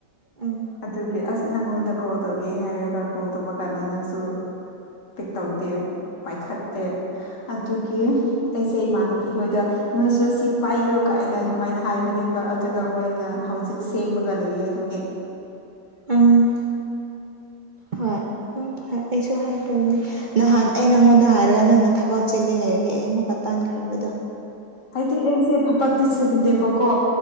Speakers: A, on the right; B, on the left.
A: ꯎꯝ
B: ꯑꯗꯨꯒꯤ ꯑꯁ ꯅꯪꯉꯣꯟꯗ ꯀꯣꯜ ꯇꯧꯒꯦ ꯍꯥꯏꯔꯒ ꯀꯣꯜ ꯇꯧꯕ ꯀꯥꯟꯗ ꯅꯪꯁꯨ ꯄꯤꯛ ꯇꯧꯗꯦ ꯄꯥꯏꯈꯠꯇꯦ ꯑꯗꯨꯒꯤ ꯑꯩꯁꯦ ꯏꯃꯥꯟꯅꯕꯤ ꯍꯣꯏꯗ ꯅꯣꯏꯁꯨ ꯁꯤꯠ ꯄꯥꯏꯌꯣ ꯀꯥꯏꯅ ꯑꯗꯨꯃꯥꯏꯅ ꯍꯥꯏꯕꯅꯦꯕ ꯑꯗꯨꯒ ꯃꯣꯏꯅ ꯍꯧꯖꯤꯛ ꯁꯦꯝꯃꯒ ꯂꯩꯌꯦ ꯑꯗꯨꯒꯤ
A: ꯎꯝ ꯍꯣꯏ ꯑꯗꯨꯝ ꯑꯩꯁꯨ ꯍꯥꯏꯈ꯭ꯔꯕꯅꯤ ꯅꯍꯥꯟ ꯑꯩ ꯅꯪꯉꯣꯟꯗ ꯍꯥꯏꯔꯒ ꯅꯪꯅ ꯊꯕꯛ ꯆꯤꯜꯂꯦ ꯍꯥꯏꯕꯒꯤ ꯑꯩ ꯑꯃꯨꯛꯀ ꯇꯥꯟꯈ꯭ꯔꯕ ꯕꯗꯣ
B: ꯍꯥꯏꯗꯤ ꯑꯩꯁꯦ ꯊꯕꯛꯇ ꯆꯤꯟꯗꯦꯕꯀꯣ